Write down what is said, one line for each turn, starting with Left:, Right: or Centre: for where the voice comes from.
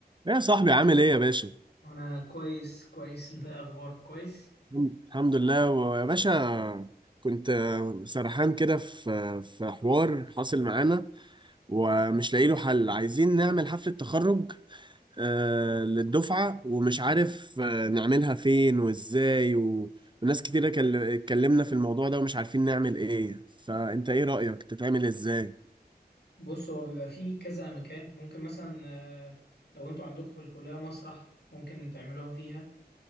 Right: يا صاحبي عامل ايه يا باشا
Left: انا كويس كويس انت إيه اخبارك كويس
Right: الحمد الحمد لله ويا باشا كنت آه، سرحان كده في في حوار حاصل معانا ومش لاقي له حل عايزين نعمل حفلة تخرج آه، للدفعة ومش عارف آه، نعملها فين وازاي و- وناس كتيرة كل- اتكلمنا في الموضوع ده ومش عارفين نعمل ايه فانت ايه رأيك تتعمل ازاي
Left: بص هو بيبقى فيه كذا مكان ممكن مثلا آه، لو انتوا عندكم في الكلية مسرح ممكن تعملوها فيها